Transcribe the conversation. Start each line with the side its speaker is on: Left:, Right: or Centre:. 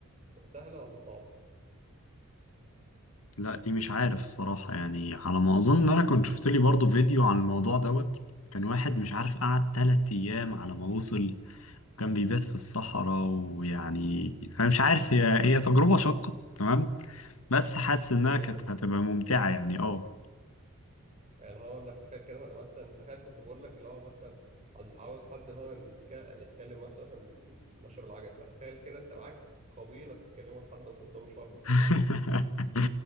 Right: هتبقى سهلة ولا صعبة
Left: لا دي مش عارف الصراحة يعني على ما اظن انا كنت شفت لي برضو فيديو عن الموضوع دوت كان واحد مش عارف قعد تلات ايام على ما وصل كان بيبات في الصحراء ويعني انا مش عارف هي هي تجربة شاقة تمام بس حاسس
Right: بس
Left: انها
Right: حلوة
Left: كانت هتبقى ممتعة يعني اه
Right: يعني اللي هو إنك تخيل كده مثلا تخيل كنت بقول لك اللي هو مثلا عاوز عاوز حد اللي هو نتك... نتكلم مثلا إحنا نت- نتمشى بالعجل فتخيل كده أنت معاك قبيلة تتكلموا لحد ما توصلوا شرم
Left: <laughs>